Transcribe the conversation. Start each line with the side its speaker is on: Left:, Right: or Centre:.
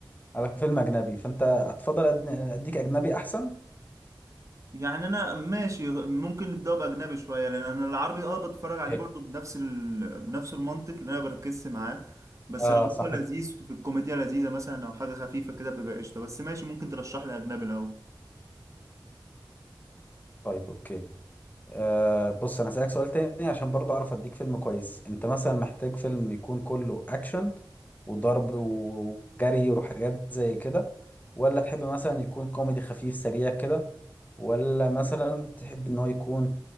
Left: على فيلم اجنبي فانت هتفضل أدن- اديك اجنبي احسن
Right: يعني انا ماشي ممكن نبدأ باجنبي شويه لان انا العربي اه بتفرج عليه
Left: إيه.
Right: برضو بنفس ال... بنفس المنطق اللي انا بركز معاه بس
Left: اه
Right: لو
Left: صح
Right: هو لذيذ في الكوميديا لذيذه مثلا او حاجه خفيفه كده بيبقى قشطه بس ماشي ممكن ترشح لي اجنبي الاول
Left: طيب اوكي آه بص انا هسألك سؤال تاني عشان برضه اعرف اديك فيلم كويس انت مثلا محتاج فيلم يكون كله اكشن وضرب وجري وحاجات زي كده ولا تحب مثلا يكون كوميدي خفيف سريع كده ولا مثلا تحب ان هو يكون